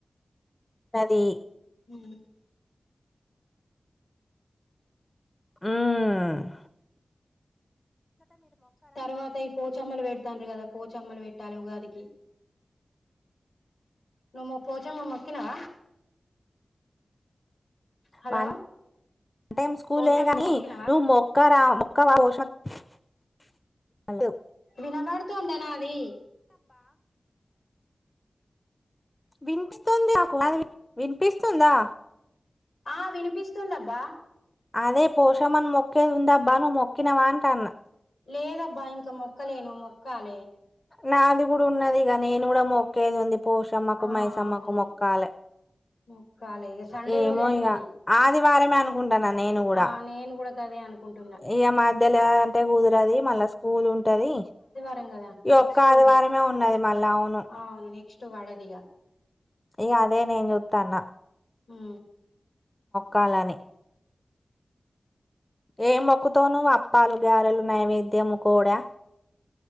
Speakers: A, on the left; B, on the left.
A: అది
B: ఉమ్మ్
A: ఉమ్మ్
B: తరువాత ఇయ్ పో చమ్మలు పెడుతాండ్రు కదా పోచమ్మలు పెట్టాలి ఉగాదికి నువ్వు పోచమ్మ మొక్కినవా హలో
A: వన్ <unintelligible> టైం స్కూలే
B: పోచమ్మ
A: కానీ
B: మొక్కినవా
A: నువ్ మొక్కరా మొక్కవ పోష <unintelligible> అద్దు
B: వినబడుతుంద నాది
A: వినిపిస్తుంది నాకు నాది వినిపిస్తుందా
B: ఆ వినిపిస్తుందబ్బా
A: అదే పోశమ్మన్ మొక్కేదుందబ్బా నువ్ మొక్కినవా అంటన్న
B: లేదబ్బా ఇంకా మొక్కలేను మొక్ క్కాలే
A: నాది గూడ ఉన్నది ఇగ నేను గూడ మొక్కేది ఉంది పోషమ్మకు
B: ఆ
A: మైసమ్మకు
B: అవును
A: మొక్కాలే
B: మొక్కాలే ఇగ సండే
A: ఏమో
B: రోజు అయితది
A: ఇగ ఆదివారమే అనుకుంటన్నా నేను గుడా
B: ఆ నేను కూడా గదే అనుకుంటున్నా
A: ఇగ మధ్యల అంటే కుదరది మళ్ళా స్కూల్ ఉంటది
B: రం కదా
A: ఈ
B: నెక్స్ట్
A: ఒక్క ఆదివారమే ఉన్నది మళ్ళా అవును
B: ఆ నెక్స్ట్ వడద్ ఇగా
A: ఇక అదే నేను చూస్తాన్న
B: హు
A: కాలాని ఏ మొక్కుతావు నువ్వు అప్పాలు గారెలు నైవేద్యము కోడా